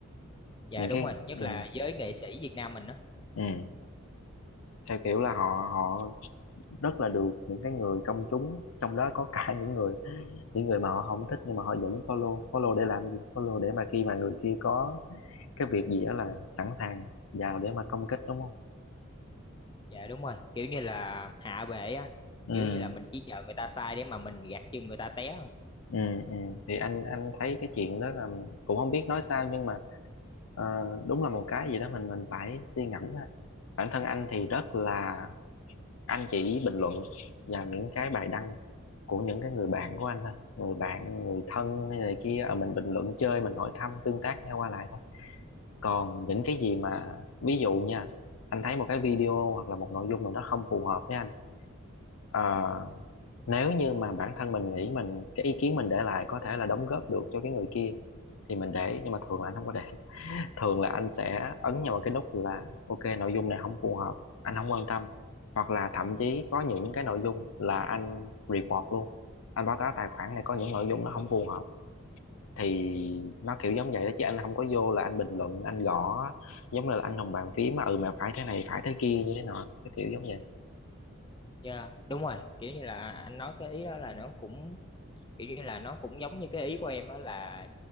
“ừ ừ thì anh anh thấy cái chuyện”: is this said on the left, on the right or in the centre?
Left